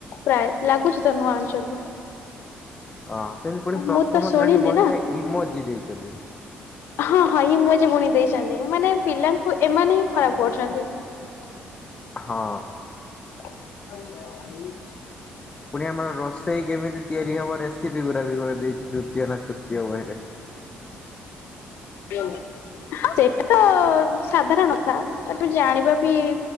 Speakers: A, on the left; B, on the left.
A: ପ୍ରାୟ ଲାଗୁଛି ତ ନୂଆ ଆଣିଛନ୍ତି।
B: ହଁ ସେମିତି ପୁଣି ପ୍ରଥମ
A: ମୁଁ ତ ଶୁଣିନି
B: ଶ୍ରେଣୀ ବହିରେ
A: ନା।
B: ଇମୋଜୀ ଦେଇଛନ୍ତି।
A: ହଁ ହଁ ଇମୋଜୀ ପୁଣି ଦେଇଛନ୍ତି ମାନେ ପିଲାଙ୍କୁ ଏମାନେ ହିଁ ଖରାପ କରୁଛନ୍ତି। <unintelligible>
B: ହଁ।
A: <unintelligible>
B: ପୁଣି ଆମର ରୋଷେଇ କେମିତି ତିଆରି ହବ ରେସ୍ ସିପି ଗୁରା ବି <unintelligible> ଦେଇଛି ଦୃତୀୟ ନା ତୃତୀୟ ବହିରେ।
A: <unintelligible> ହଁ ସେଇଟା ତ ସାଧାରଣ କଥା <unintelligible> ଜାଣିବା ବି